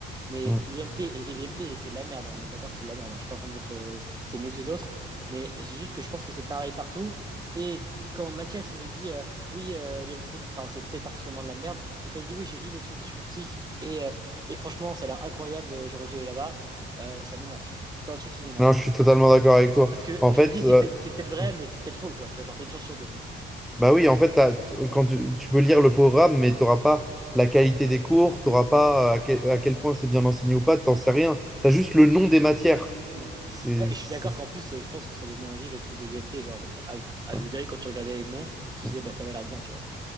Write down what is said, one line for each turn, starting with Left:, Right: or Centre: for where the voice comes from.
Right: Mais
Centre: Mm.
Right: l'IMT et, et l'IMT, c'est de la merde. hein. On est d'accord que c'est de la merde. hein. Je suis pas en train de dire que c'est mieux que les autres, mais je dis juste que je pense que c'est pareil partout. Et quand Mathias il me dit euh, oui, euh, l'IMT, c'est, enfin, c'est peut-être particulièrement de la merde, mais quand il me dit oui, j'ai lu le truc de Supoptique et euh, et franchement, ça a l'air incroyable. J'aurais dû aller là-bas. euh, ça m'énerve, tu vois. C'est un truc qui m'énerve.
Centre: Non, je suis totalement d'accord avec toi.
Right: Parce que
Centre: En
Right: je
Centre: fait,
Right: me dis, c'est
Centre: euh,
Right: peut-être c'est peut-être vrai,
Centre: oui.
Right: mais c'est peut-être faux, quoi. Tu vois, genre, t'as une chance sur deux, pote. Mon pote.
Centre: bah oui, en fait, t'as- t- euh, quand tu, tu peux lire le programme, mais tu n'auras pas la qualité des cours, tu n'auras pas
Right: Mm,
Centre: euh, à quel, à quel point c'est bien enseigné ou pas, t'en sais rien. Tu as juste le nom des matières.
Right: mm.
Centre: C'est,
Right: Ouais,
Centre: c'est-
Right: et je suis d'accord qu'en plus, euh, je pense que ça donnait envie le truc de l'IMT, genre, quand- à, à
Centre: voilà.
Right: vue d'œil, quand tu regardais les noms, tu disais,
Centre: Mm.
Right: bah, ça avait l'air bien, tu vois.